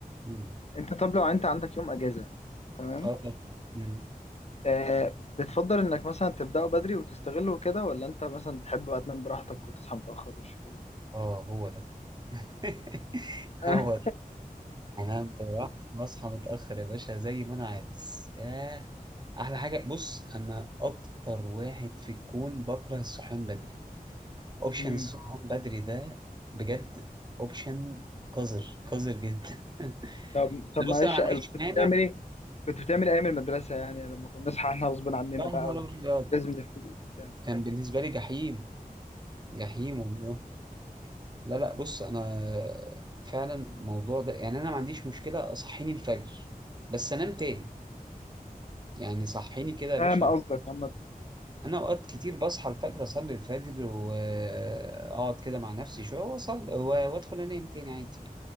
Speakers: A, on the right (about 30°); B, on the left (about 45°).
A: مم.
B: انت طب لو انت عندك يوم اجازه تمام
A: اه طب مم.
B: آه بتفضل انك مثلا تبداه بدري وتستغله كده ولا انت مثلا تحب بقى تنام براحتك وتصحى متاخر والشغل ده
A: اه هو ده <laughs>
B: آه.
A: هو ده انام براحتي واصحى متاخر يا باشا زي ما انا عاوز ياه احلى حاجه بص انا اكتر واحد في الكون بكره الصحيان بدري اوبشن
B: <laughs> مم.
A: الصحيان بدري ده بجد اوبشن قذر قذر جدا <laughs>
B: طب طب معلش
A: بص انا ما عنديش
B: كنت
A: مانع
B: بتعمل ايه كنت بتعمل ايام المدرسه يعني لما كنا بنصحى احنا غصب عننا
A: يا
B: بقى
A: نهار ابيض
B: ولازم نفوق وبتاع
A: كان بالنسبه لي جحيم جحيم والله لا لا بص انا فعلا الموضوع ده يعني انا ما عنديش مشكله صحيني الفجر بس انام تاني يعني صحيني كده يا
B: فاهم
A: باشا
B: قصدك عامه
A: انا اوقات كتير بصحى الفجر اصلي الفجر واقعد كده مع نفسي شويه واصلي وادخل انام تاني عادي